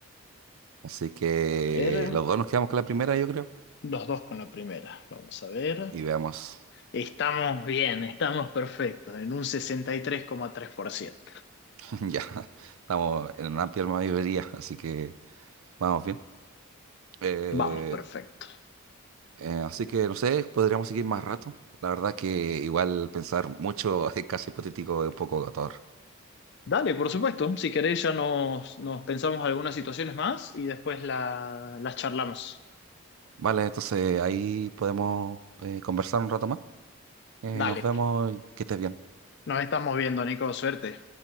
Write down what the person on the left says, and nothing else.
A ver,
los dos con la primera, vamos a ver.
Estamos bien, estamos perfectos, en un sesenta y tres coma tres por ciento
Vamos, perfecto.
Dale, por supuesto. Si querés, ya nos, nos pensamos algunas situaciones más y después la- las charlamos.
Dale.
Nos estamos viendo, Nico. Suerte.